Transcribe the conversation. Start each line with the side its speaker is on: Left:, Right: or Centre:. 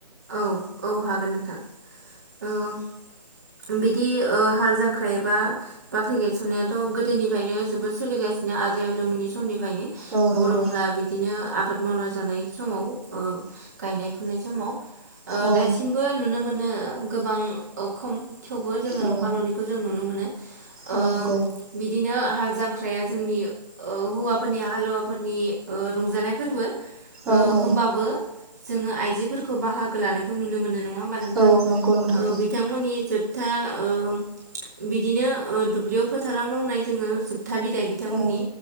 Right: औ औ हागोन नोंथां औ औ बिदि ओ हाल जांख्रा एबा बाख्रि गायसननायाथ' गोदोनिफ्रायनो जोबोर सोलिगासिनो आजै-आजौमोननि समनि फायनो
Centre: औ नंगौ
Right: बर'फोरा बिदिनो आबाद मावना जानाय समाव औ गायनाय फुनाय समाव ओ
Centre: औ
Right: दासिमबो नुनो मोनो नो गोबां अखम थेवबो जोङो
Centre: औ
Right: नफा न'नैखौ जों नु ओ
Centre: औ नंगौ
Right: बिदिनो हाल जांख्राया जोंनि ओ हौवाफोरनि हालुवाफोरनि ओ रंजानाय फोरबो ओ
Centre: औ औ
Right: होनबाबो जोङो आइजोफोरखौ बाहागो लानायखौ नुनो मोनो नङा नङा होमबा नोंथां
Centre: औ नंगौ नोंथां
Right: बिथांमोननि जोब था ओ बिदिनो दुब्लियाव फोथाराव मावनाय जोङो जोबथा बिदाय बिथांमोननि
Centre: औ